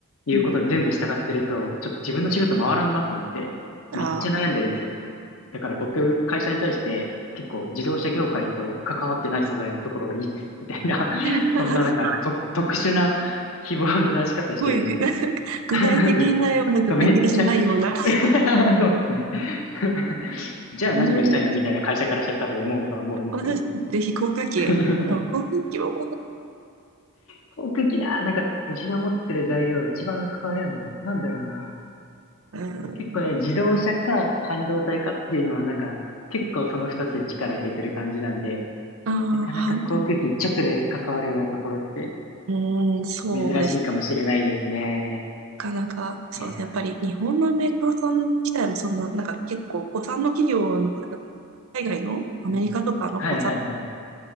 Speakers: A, on the left; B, on the right.
A: 言うことに全部従ってると、
B: うん。
A: ちょっと自分の仕事回らんなと思って、
B: <laughs>
A: めっちゃ悩んでるんですよ。
B: ああ。
A: だから僕、会社に対して結構自動車業界と関わってない素材のところがいいです、みたいな <laughs>
B: <laughs>
A: そんななんかと特殊な希望の出し方してるんですよね。
B: すごい、<laughs> 具体的なような、
A: <laughs> めっちゃめっちゃ
B: 具体的じゃないような。
A: <laughs> そうですね。<laughs> じゃあ何がしたいのみたいな会社からしたら多分思うとは思うんですけど。
B: うん。私、ぜひ航空機。
A: <laughs>
B: でも航空機も、
A: 航空機な、なんか、うちの持ってる材料一番関われるのどこなんだろうな。
B: うん。
A: 結構ね、自動車か半導体かっていうのは、なんか、結構その二つに力入れてる感じなんで、
B: ああ、
A: なかなか航空機に直で関わるようなところって
B: 反応。うん、そうですね
A: 珍しいかもしれないですね。
B: かなか、そうですね。
A: いやー、
B: やっぱり日本のメーカーさん自体もそんな、なんか結構、古参の企業の方、海外のアメリカとかの古参の企業が
A: うん。はいはいはい。